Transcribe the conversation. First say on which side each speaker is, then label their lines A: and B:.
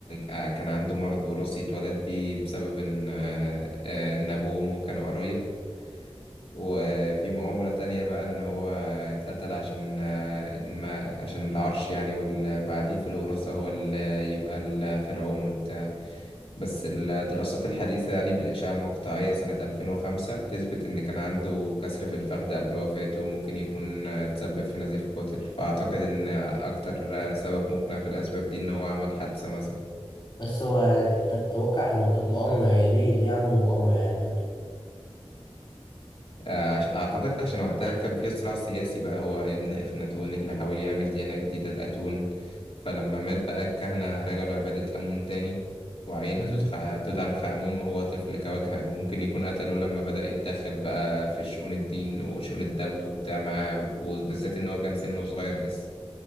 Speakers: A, on the left; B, on the left.
A: آه، كان عنده مرض وراثي اتولد بيه بسبب إن آه، آه، إن أبوه وأمه كانوا قرايب وفي مؤامرة تانية بقى إن هو اتقتل عشان آه، إن ما عشان العرش يعني واللي بعديه في الوراثة هو اللي يبقى الفرعون وبتاع بس الدراسات الحديثة يعني بالإشعة المقطعية سنة 2005 بتثبت إن كان عنده كسر في الفخذ قبل وفاته وممكن يكون آه، تسبب في نزيف قاتل فأعتقد إن أكتر آه، سبب مقنع في الأسباب دي إن هو عمل حادثة مثلا
B: بس هو أنت بتتوقع لو كانت مؤامرة يعني ليه ليه عملوا مؤامرة يعني ضده؟
A: آه، عش- أعتقد عشان وقتها كان في صراع سياسي بقى هو ابن إخناتون اللي حاول يعمل ديانة جديدة لأتون فلما مات بقى الكهنة رجعوا لعبادة أمون تاني وعينوا
B: مم.
A: توت خ- توت عنخ آمون وهو طفل كواجهة وممكن يكون قتلوه لما بدأ يتدخل بقى في شؤون الدين وشؤون الدولة وبتاع معاه وبالذات إن هو كان سنه صغير لسه